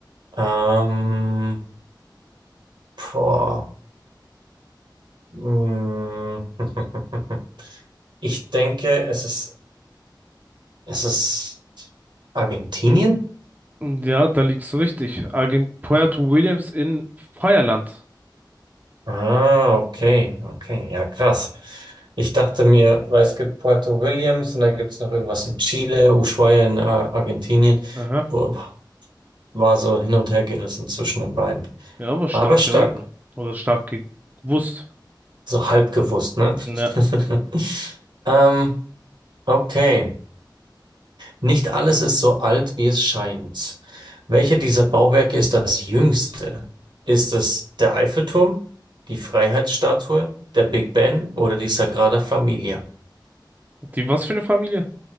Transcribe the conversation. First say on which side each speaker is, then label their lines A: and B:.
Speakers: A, on the right (about 75°); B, on the right (about 20°).
A: Ähm, boah. Mm. <laughs> Ich denke, es ist, es ist Argentinien?
B: Ja, da liegst du richtig. Argent Puerto Williams in Feierland.
A: Ah, okay, okay, ja, krass. Ich dachte mir, weil es gibt Puerto Williams und dann gibt es noch irgendwas in Chile, Ushuaia in äh, Argentinien,
B: Aha.
A: wo war so hin und her gerissen zwischen den beiden.
B: Ja, aber stark
A: Aber stark.
B: geraten. Oder stark gewusst.
A: So halb gewusst, ne? <laughs>
B: Ne.
A: Ähm, okay. Nicht alles ist so alt, wie es scheint. Welche dieser Bauwerke ist das jüngste? Ist es der Eiffelturm, die Freiheitsstatue, der Big Ben oder die Sagrada Familia?
B: Die was für eine Familie?